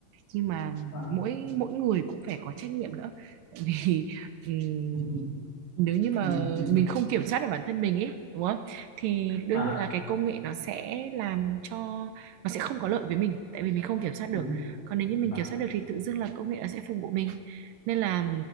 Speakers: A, on the right; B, on the left.
A: Nhưng mà
B: vâng
A: mỗi mỗi người cũng phải có trách nhiệm nữa. Tại vì ừm,
B: <laughs>
A: nếu như mà
B: đúng đúng
A: mình không kiểm soát được bản thân mình ấy, đúng không? thì đương
B: à
A: nhiên là cái công nghệ nó sẽ làm cho nó sẽ không có lợi với mình tại vì mình không kiểm soát
B: đúng
A: được
B: ạ.
A: còn nếu như mình
B: vâng
A: kiểm soát được thì tự dưng là công nghệ nó sẽ phục vụ mình nên là